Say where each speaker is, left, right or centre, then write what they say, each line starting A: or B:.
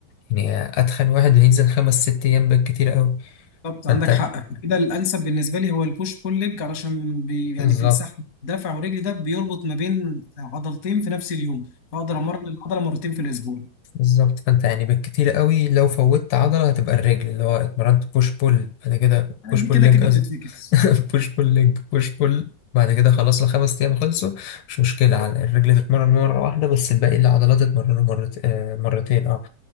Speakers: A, on the left; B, on the left.
A: يعني اتخن واحد هينزل خمس ست ايام بالكتير قوي
B: بالظبط
A: فانت
B: عندك حق كده الأنسب بالنسبة لي هو البوش بول ليج علشان بي يعني
A: بالظبط
B: في السحب دفع ورجلي ده بيربط ما بين عضلتين في نفس اليوم فأقدر أمرن العضلة مرتين في الأسبوع
A: بالظبط فانت يعني بالكتير قوي لو فوتت عضلة هتبقى الرجل اللي هو اتمرنت بوش بول بعد كده بوش
B: دي
A: بول
B: كده
A: ليج
B: كده
A: قصدي
B: بتتفكس
A: <laughs> بوش بول ليج بوش بول بعد كده خلاص الخمس ايام خلصوا مش مشكلة على الرجل تتمرن مرة واحدة بس الباقي العضلات تتمرن مرت... آه، مرتين اه